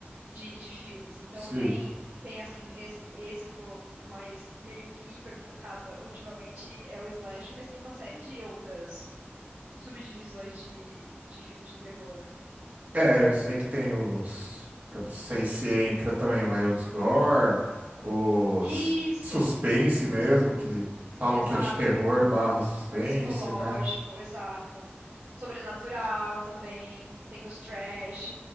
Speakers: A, on the right (about 65°); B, on the right (about 50°).
A: de, de filmes. Então
B: Sim.
A: tem, tem assim, esse, esse que eu tô mais meio que hiper focada ultimamente é o slasher, mas tem uma série de outras subdivisões de, de filme de terror.
B: É, eu sei que tem os. Eu não sei se entra também, mas os gore, os
A: Isso,
B: suspense mesmo, que falam
A: exato.
B: que é de terror barra suspense,
A: Psicológico,
B: né?
A: exato. Sobrenatural também, tem os trash,